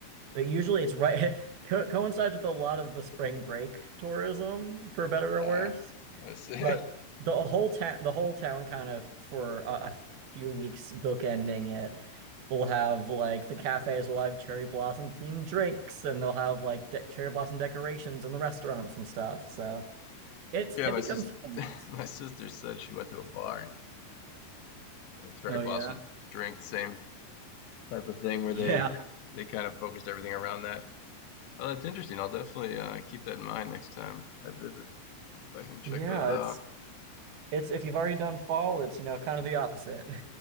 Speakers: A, on the right; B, on the left.
A: But usually it's right, <laughs> co coincides with a lot of the spring break tourism, for better or
B: Uh,
A: worse.
B: I see.
A: But
B: <laughs>
A: the whole town, the whole town kind of for a, a few weeks bookending it will have like the cafes will have cherry blossom themed drinks and they'll have like de cherry blossom decorations in the restaurants and stuff. So it's,
B: Yeah,
A: it
B: my
A: becomes
B: sister,
A: fun.
B: <laughs>
A: It's,
B: my sister said she went to a bar and she had a cherry
A: Oh
B: blossom
A: yeah,
B: drink, same type of thing where
A: Yeah.
B: they they kind of focused everything around that. Oh, that's interesting. I'll definitely uh, keep that in mind next time I visit if I can check
A: Yeah,
B: those out.
A: it's it's if you've already done fall, it's you know kind of the opposite. <laughs>